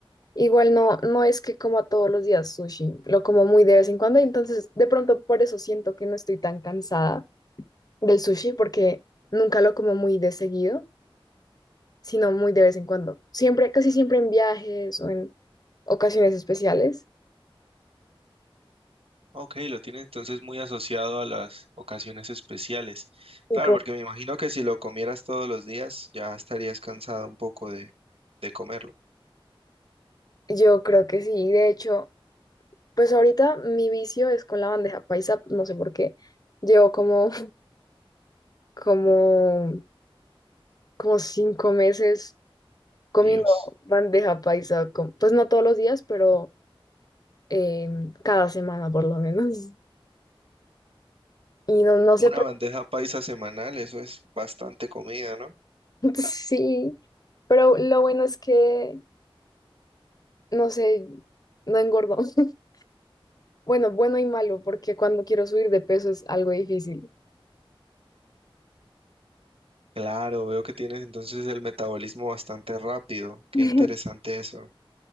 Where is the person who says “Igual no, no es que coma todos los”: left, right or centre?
Left